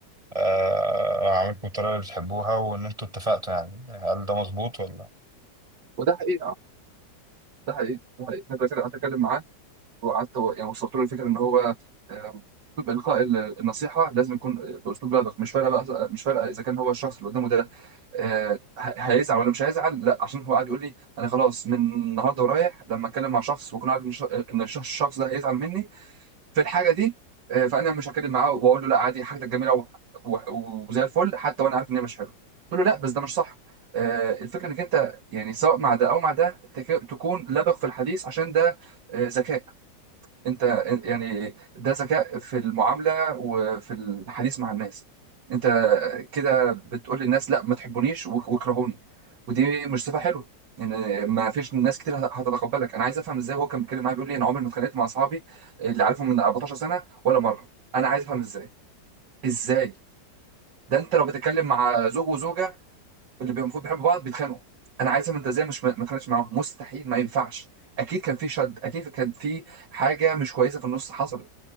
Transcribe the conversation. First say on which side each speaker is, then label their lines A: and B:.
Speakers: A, on the right; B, on the right.
A: آه، هعملكم بالطريقة اللي بتحبوها وإن أنتوا اتفقتوا يعني هل ده مظبوط ولا؟
B: وده حقيقه ده حقيقي ده حقيقي انا بتكلم معاه وقعدت و- يعني وصلت له الفكره ان هو آه، أسلوب إلقاء ال- النصيحة لازم يكون آه، بأسلوب لبق مش فارقة بقى مش فارقة إذا كان هو الشخص اللي قدامه ده آه، ه- هيزعل ولا مش هيزعل لا عشان هو قاعد يقول لي أنا خلاص من النهاردة ورايح لما أتكلم مع شخص وأكون عارف إن الش- إن الشخص الشخص ده هيزعل مني في الحاجة دي آه، فأنا مش هتكلم معاه وأقول له لا عادي حاجتك جميلة و- و- وزي الفل حتى وأنا عارف إن هي مش حلوة قلت له لا بس ده مش صح آه، الفكرة إنك أنت يعني سواء مع ده أو مع ده تك- تكون لبق في الحديث عشان ده آه، ذكاء انت يعني ده ذكاء في المعاملة وفي الحديث مع الناس انت كده بتقول للناس لا ما تحبونيش وك- واكرهوني ودي مش صفة حلوة ان ما فيش ناس كتير هت- هتتقبلك انا عايز افهم ازاي هو كان بيتكلم معايا بيقول لي انا عمري ما اتخانقت مع اصحابي اللي عارفهم من 14 سنة ولا مرة انا عايز افهم ازاي ازاي ده انت لو بتتكلم مع زوج وزوجة اللي بي- المفروض بيحبوا بعض بيتخانقوا انا عايز افهم انت ازاي مش ما ما اتخانقتش معاهم مستحيل ما ينفعش اكيد كان في شد اكيد كان في حاجة مش كويسة في النص حصلت